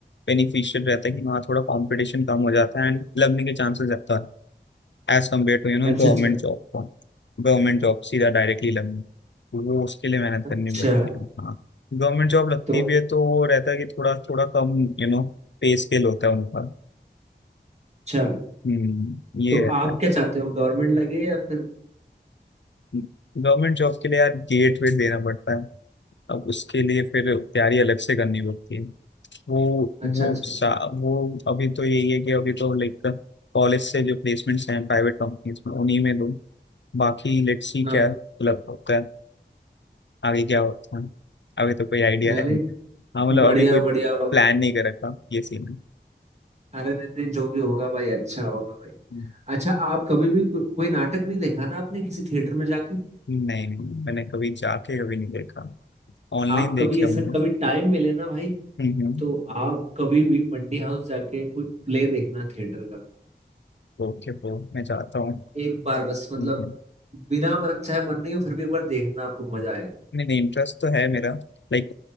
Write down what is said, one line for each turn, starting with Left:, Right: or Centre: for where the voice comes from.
Left: बेनिफिशियल रहता है कि वहाँ थोड़ा कंपटीशन कम हो जाता है एंड लगने के चांसेस ज्यादा है as compare to you know
Right: अच्छा
Left: government
Right: अच्छा
Left: job को गवर्नमेंट जॉब सीधा डायरेक्टली लगनी तो वो उसके लिए मेहनत
Right: अच्छा
Left: करनी पड़ती है हाँ गवर्नमेंट जॉब लगती
Right: तो
Left: भी है तो वो रहता है कि थोड़ा थोड़ा कम यू नो पे स्केल होता है उनका
Right: अच्छा
Left: हम्म ये
Right: तो
Left: रहता
Right: आप
Left: है
Right: क्या चाहते हो गवर्नमेंट लगे या फिर
Left: गवर्नमेंट जॉब के लिए यार गेट वेट देना पड़ता है अब उसके लिए फिर तैयारी अलग से करनी पड़ती है वो
Right: अच्छा
Left: वो
Right: अच्छा
Left: सा,
Right: अच्छा
Left: वो अभी तो यही है कि अभी तो लाइक कॉलेज से जो प्लेसमेंट्स हैं प्राइवेट कंपनीज में उन्हीं में दो बाकी लेट्स सी
Right: हाँ
Left: क्या मतलब होता है आगे क्या होता है अभी तो कोई आइडिया
Right: नहीं
Left: है
Right: नहीं
Left: नहीं हाँ मतलब
Right: बढ़िया
Left: अभी कोई
Right: बढ़िया
Left: प्लान नहीं कर रखा ये सीन है
Right: अरे नहीं नहीं जो भी होगा भाई अच्छा होगा भाई
Left: हम्म।
Right: अच्छा आप कभी भी को, कोई नाटक नहीं देखा ना आपने किसी थिएटर में जाके
Left: नहीं नहीं मैंने कभी जाके कभी नहीं देखा ऑनलाइन
Right: आप
Left: देखे
Right: कभी ऐसा
Left: होंगे
Right: कभी टाइम मिले ना भाई
Left: हम्म
Right: तो आप कभी भी मंडी हाउस जाके कोई प्ले देखना थिएटर
Left: ओके ब्रो मैं जाता हूँ
Right: एक बार बस मतलब
Left: हम्म, हम्म।
Right: बिना मन चाहे मन नहीं हो फिर भी एक बार देखना आपको मजा आएगा
Left: नहीं नहीं इंटरेस्ट तो है मेरा लाइक